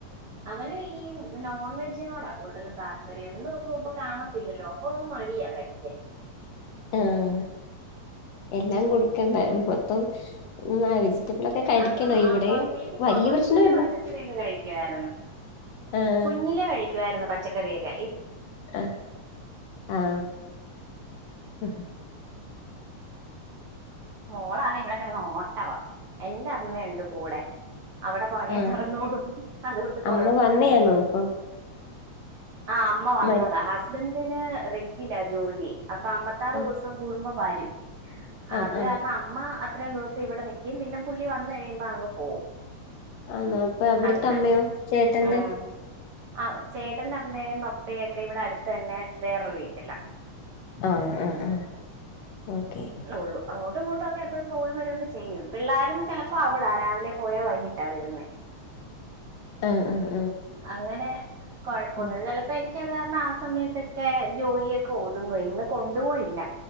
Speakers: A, on the right; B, on the left.
A: അവനും ഈ നോൺ വെജിനോടാ കൂടുതലും താല്പര്യം എന്നും ന്നും ഇപ്പൊ കാണത്തില്ലല്ലോ അപ്പൊ ഒന്നും മ ട്യ കഴിക്കാൻ
B: ആഹ് എല്ലാം കൊടുക്കണ്ടാ
A: ഉം.
B: <unintelligible> മൊത്തം <unintelligible> കഴിക്കണം
A: അതാ
B: ഇവിടെ
A: അപ്പം പുള്ളിക്ക്
B: വല്യ
A: കൊ കൊച്ചിലെ
B: പ്രശ്നം ഇല്ല
A: പച്ചക്കറിയെക്കെ കയിക്രുരുന്ന്.
B: ആഹ്
A: കുഞ്ഞിലെ കഴിക്കുവായിരുന്നു പച്ചക്കറിയെക്കെ
B: അ ആഹ് അ
A: മോളാണെ ഇവിടെ കെടന്ന് ഓട്ടവാ എൻ്റെ അമ്മയുണ്ട് കൂടെ അവിടെ പുറകേ
B: ആഹ്
A: നടന്നോളും അതുകൊണ്ട് കൊഴപ്പം
B: അമ്മ വന്നയാണോ
A: ഇല്ല
B: ഇപ്പം
A: ആ അമ്മ വന്നതാ
B: മരു
A: ഹസ്ബൻഡിന് റെഗില ജോലി അപ്പം അമ്പത്താറ്
B: ആഹ്
A: ദിവസം കൂടുമ്പോ വരും
B: ആഹ്
A: അത്
B: ആഹ്
A: കാരണം അമ്മ- ഇത്രയും ദിവസം ഇവിടെ നിക്കും പിന്നെ പുള്ളി വന്ന് കഴിയുമ്പോ അങ്ങ് പോവും
B: ആണോ അപ്പൊ ഇവിടത്തെ
A: അങ്ങനെ
B: അമ്മയോ ചേട്ടന്റെ-
A: ഉം ആ ചേട്ടന്റെ അമ്മയും പപ്പയും ഒക്കെ ഇവിടെ അടുത്ത് തന്നെ വേറൊരു വീട്ടില
B: ആഹ് ആഹ് ആഹ് ഓക്കെ
A: അത്ര ഉള്ളു ആ- അങ്ങോട്ടു ഇങ്ങോട്ടുക്കെ എപ്പോഴും പോകും വരുവെക്കെ ചെയ്യും പിള്ളാരും ചെലപ്പോ അവിടെ രാവിലെ പോയാ വൈകിട്ടാ വരുന്നേ
B: ആ ഹ് ആഹ്
A: അങ്ങനെ കൊഴപ്പമെന്നുമില്ല
B: ആഹ്
A: ചെലപ്പോ എനിക്ക് - എനിക്ക് അത് കാരണം ആ സമയത്തൊക്കെ ജോലിയൊക്കെ ഓതുങ്ങുവെ ഇന്ന് കൊണ്ട് പോയില്ല